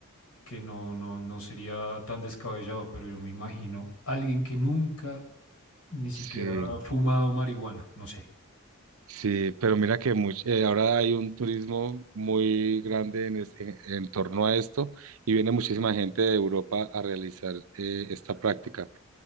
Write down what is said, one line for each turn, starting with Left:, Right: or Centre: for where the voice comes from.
Left: que no, no, no sería tan descabellado, pero yo me imagino alguien que nunca ni siquiera
Right: sí,
Left: ha fumado marihuana, no sé.
Right: sí, pero mira que much- eh, ahora hay un turismo muy grande en, es- en- en torno a esto y viene muchísima gente de Europa a realizar eh, esta práctica